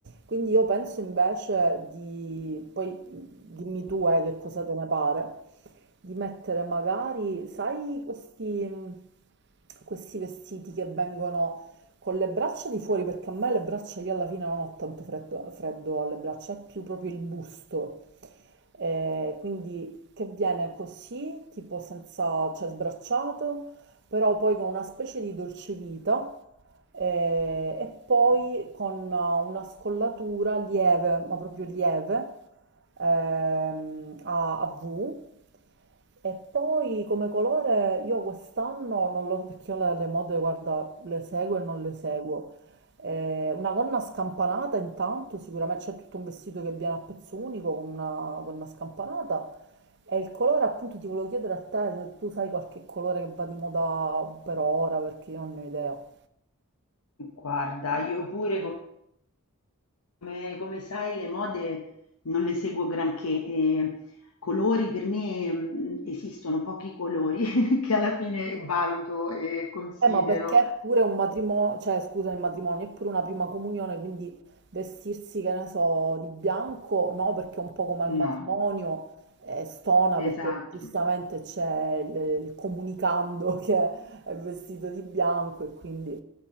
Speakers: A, on the right; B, on the left.
A: Quindi io penso invece di, poi dimmi tu eh, che cosa te ne pare, di mettere magari, sai, questi, mh, questi vestiti che vengono con le braccia di fuori, perché a me le braccia io alla fine non ho tanto freddo, freddo alle braccia, è più proprio il busto. Eh, quindi che viene così, tipo senza, cioè sbracciato, però poi con una specie di dolcevita eh, e poi con una scollatura lieve, ma proprio lieve, ehm, a, a V e poi come colore io quest'anno, non lo, perché io le, le mode, guarda, le seguo e non le seguo, eh, una gonna scampanata intanto, sicuramente c'è tutto un vestito che viene a pezzo unico con una gonna scampanata e il colore appunto ti volevo chiedere a te se tu sai qualche colore che va di moda per ora perché io non ne ho idea.
B: Guarda, io pure Come come sai le mode non le seguo granché, ehm, colori per me, mhmm, esistono pochi colori <laughs> che alla fine valuto e considero.
A: Eh, ma perché è pure un matrimonio, cioè scusa, il matrimonio è pure una prima comunione, quindi vestirsi, che ne so, di bianco, no, perché è un po' come al
B: No,
A: matrimonio, eh, stona, perché
B: esatto.
A: giustamente c'è il, il comunicando <laughs> che è vestito di bianco e quindi